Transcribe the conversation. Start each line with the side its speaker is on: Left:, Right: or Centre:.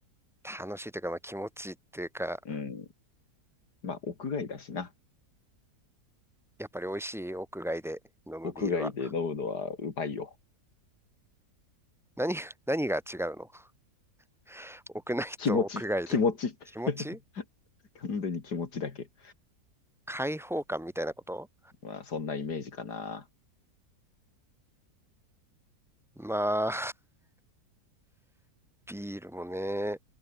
Centre: う、楽しいというか、まあ、気持ちいいっていうか、
Left: うん。まあ、屋外だしな。
Centre: やっぱり美味しい屋外で飲むビールは。
Left: 屋外で飲むのはうまいよ。
Centre: 何、<laughs> 何が違うの <laughs> 屋内と屋外で。
Left: 気持ち、気持ち。
Centre: 気持ち
Left: <laughs> 完全に気持ちだけ。
Centre: 解放感みたいなこと
Left: まあ、そんなイメージかな。
Centre: まあ、ビールもね、